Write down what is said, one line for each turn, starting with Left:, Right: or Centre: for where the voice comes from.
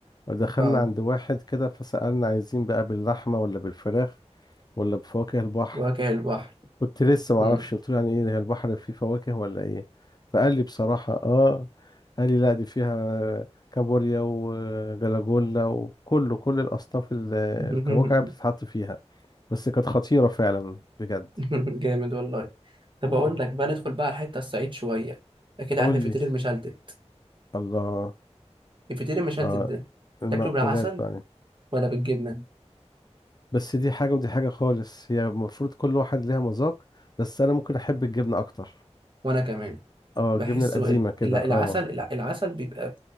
Left: دخلنا
Right: اه
Left: عند واحد كده فسألنا عايزين بقى باللحمة ولا بالفراخ ولا بفواكه البحر
Right: فواكه البحر
Left: كنت لسه ما
Right: مم.
Left: اعرفش قلت له يعني ايه هي البحر فيه فواكه ولا ايه فقال لي بصراحة اه قال لي لا دي فيها كابوريا وجلاجولا وكله كل الاصناف ال-
Right: <laughs>
Left: الكواكع بتتحط فيها بس كانت خطيرة فعلا بجد
Right: <laughs> جامد والله طب
Left: اه
Right: اقول لك بقى ندخل بقى على الحته الصعيد شويه اكيد عارف
Left: قول
Right: الفطير
Left: لي
Right: المشلتت
Left: الله
Right: الفطير المشلتت
Left: آه
Right: ده
Left: المأكولات
Right: تاكله بالعسل
Left: بقى
Right: ولا بالجبنه
Left: بس دي حاجة ودي حاجة خالص هي المفروض كل واحد ليها مذاق بس أنا ممكن أحب الجبنة أكتر
Right: وانا كمان
Left: اه
Right: بحسه
Left: الجبنة القديمة
Right: ال-
Left: كده
Right: ال- العسل
Left: اه
Right: الع- العسل بيبقى